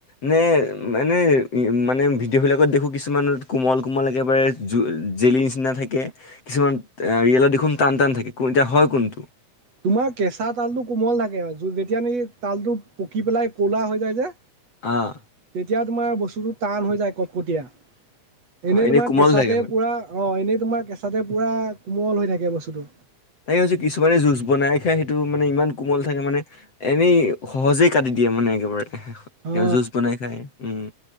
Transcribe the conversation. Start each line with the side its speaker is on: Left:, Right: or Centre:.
Left: নে এনেই, মানে ভিডিঅ' বিলাকত দেখো কিছুমানত কোমল কোমল একেবাৰে জু জেলি নিচিনা থাকে কিছুমান ৰিয়েলত দেখোন টান টান থাকে কোন এতিয়া হয় কোনটো?
Right: তোমাৰ কেঁচা তালটো কোমল থাকে আও যেতিয়া নেকি তালটো পকি পেলাই ক'লা হৈ যায় যে।
Left: আঁ
Right: তেতিয়া তোমাৰ বস্তুটো টান হৈ যায়, কটকটীয়া।
Left: অ',
Right: এনেই তোমাৰ
Left: কোমল
Right: কেঁচাতে
Left: থাকে মানে।
Right: পুৰা অঁ, এনেই তোমাৰ কেঁচাতে পুৰা কোমল হৈ থাকে বস্তুটো।
Left: তাকে ভাবিছো কিছুমানে জুজ বনাই খাই, সেইটো মানে ইমান কোমল থাকে মানে এনেই সহজেই কাটি দিয়ে মানে একেবাৰে,
Right: অ
Left: জুচ বনাই খাই উম।